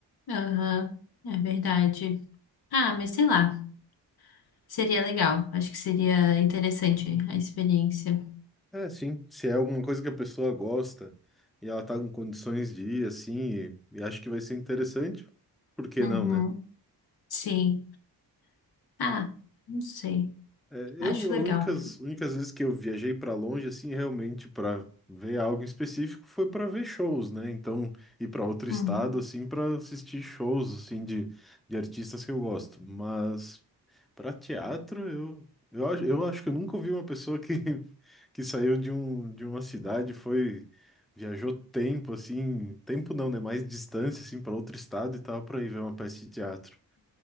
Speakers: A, on the left (about 60°); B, in the centre.
A: aham, é verdade. Ah, mas sei lá, seria legal, acho que seria interessante a experiência.
B: É, sim. Se é alguma coisa que a pessoa gosta e ela tá com condições de ir, assim, e, e acho que vai ser interessante, por que
A: Uhum,
B: não, né?
A: sim. Ah, não sei,
B: É, eu,
A: acho legal.
B: as únicas, únicas vezes que eu viajei para longe, assim, realmente para ver algo em específico, foi para ver shows, né? Então, ir para outro estado,
A: Uhum.
B: assim, para assistir shows, assim, de, de artistas que eu gosto. Mas para teatro, eu, eu, acho- eu acho que eu nunca ouvi uma pessoa que, <laughs> que saiu de, um, de uma cidade, foi, viajou tempo, assim, tempo não, né? Mais distância, assim, para outro estado e tal, para ir ver uma peça de teatro.